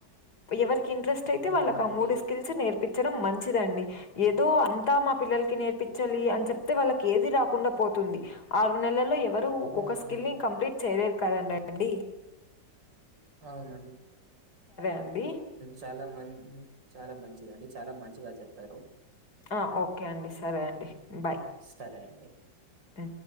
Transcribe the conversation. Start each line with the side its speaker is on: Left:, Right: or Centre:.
Left: ఎవరి ఇంట్రస్ట్ అయితే
Right: అవునండి.
Left: వాళ్ళకి ఆ మూడు స్ల్స్ేర్ ించడం మంచిదండి ఏదో అంతా మా పిల్లలకి నేర్పించాలి అని చెప్తే వాళ్ళకి ఏది రాకుండా పోతుంది ఆరు నెలల్లో ఎ మరు
Right: అవునండి.
Left: ఒక స్కిల్ ని కంప్లీట్ చేయలేరు కదండ అండి
Right: అవునండి
Left: అండి.
Right: చాలాంది చాలా మంచిదండి చాలా మంచిగా చెప్పారు
Left: ఆ ఓకే అండి సరే అండి బాయ్.
Right: సరయంండి
Left: హ్మ్.